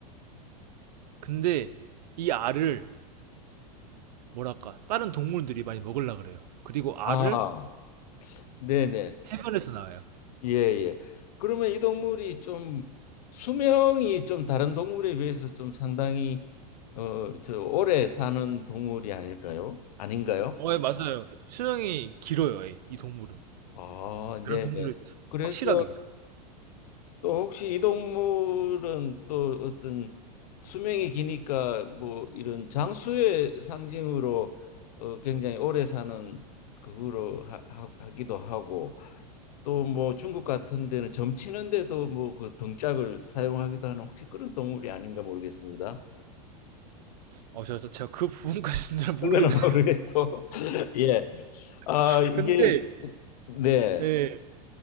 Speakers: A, on the right (about 80°); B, on the left (about 70°).
A: 근데 이 알을 뭐랄까 다른 동물들이 많이 먹으려 그래요. 그리고 알을
B: 아, 네네.
A: 해변에서 나와요.
B: 예, 예. 그러면 이 동물이 좀 수명이 좀 다른 동물에 비해서 좀 상당히 어, 저 오래 사는 동물이 아닐까요? 아닌가요?
A: 어, 예, 맞아요. 수명이 길어요, 예, 이 동물은.
B: 아,
A: 나라
B: 네네.
A: 동물에 대해서
B: 그래서
A: 확실하게 기억나요.
B: 또 혹시 이 동물은 또 어떤 수명이 기니까 뭐 이런 장수의 상징으로 어 굉장히 오래 사는 그거로 하, 하- 하기도 하고 또 뭐 중국 같은 데는 점치는데도 뭐 그 등짝을 사용하기도 하는 혹시 그런 동물이 아닌가 모르겠습니다.
A: 어 저 저 제가 그 부분까지는 잘 모르겠는데
B: 그거는 모르겠고 <laughs> 예. 아
A: <laughs>
B: 이게
A: 근데
B: 그, 네.
A: 예